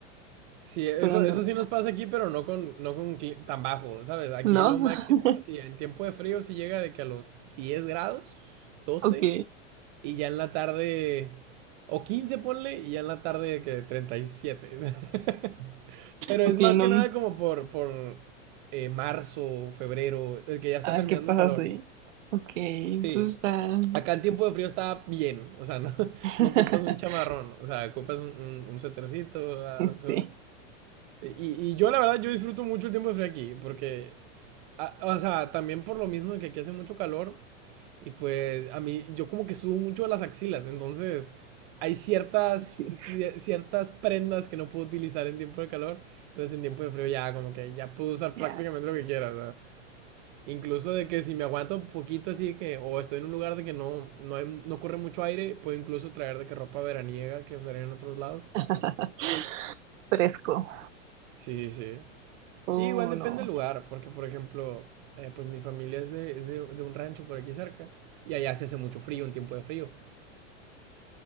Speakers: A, on the right; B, on the right.
A: Sí, eso,
B: Pero no.
A: eso sí nos pasa aquí, pero no con, no con cli- tan bajo, ¿sabes? Aquí
B: ¿No?
A: lo máximo,
B: <laughs>
A: así, en tiempo de frío sí llega de que a los 10 grados, doce
B: Ok.
A: y ya en la tarde, o 15 ponle, y ya en la tarde de que treinta y siete <laughs> Pero
B: Ok,
A: es más
B: no.
A: que nada como por, por eh, marzo, febrero, el que ya está
B: Ah,
A: terminando
B: ¿qué pasa
A: el calor.
B: así? Ok, entonces
A: Sí,
B: está.
A: acá en tiempo de frío está bien, o sea, no, <laughs>
B: <laughs>
A: no ocupas un chamarrón, o sea, ocupas un, un, un suétercito a lo mejor.
B: Sí,
A: Y, y yo la verdad, yo disfruto mucho el tiempo de frío aquí, porque, a- o sea, también por lo mismo de que aquí hace mucho calor, y pues a mí, yo como que subo mucho de las axilas, entonces hay ciertas,
B: sí.
A: cie- ciertas prendas que no puedo utilizar en tiempo de calor, entonces en tiempo de frío ya como que ya puedo usar
B: Ya.
A: prácticamente lo que quiera, o sea, incluso de que si me aguanto poquito así que, o estoy en un lugar de que no, no, hay- no corre mucho aire, puedo incluso traer de que ropa veraniega que usaría en otros lados.
B: <laughs> Fresco.
A: Sí, sí.
B: Oh,
A: Sí, igual depende
B: no.
A: del lugar, porque por ejemplo, eh, pues mi familia es, de, es de, de un rancho por aquí cerca y allá se hace mucho frío, un tiempo de frío.